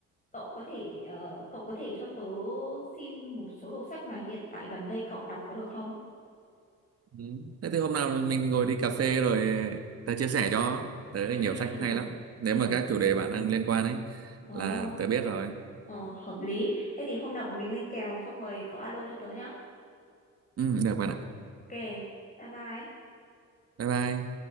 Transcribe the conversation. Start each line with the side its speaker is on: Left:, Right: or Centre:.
Left: cậu có thể ờ, cậu có thể cho tớ xin một số đầu sách mà hiện tại gần đây cậu đọc có được không?
Right: ừ. thế thì hôm nào mình ngồi đi cà phê rồi tớ chia sẻ cho tớ
Left: Ừ.
Right: nhiều sách hay lắm nếu
Left: Ừ.
Right: mà các chủ đề bạn đang liên quan ấy
Left: Wow.
Right: là tớ biết rồi
Left: Ờ, hợp lý. Thế thì hôm nào bọn mình lên kèo xong rồi cậu alo cho tớ nhá.
Right: Ừ, được bạn ạ.
Left: Ok. Bye bye.
Right: Bye bye.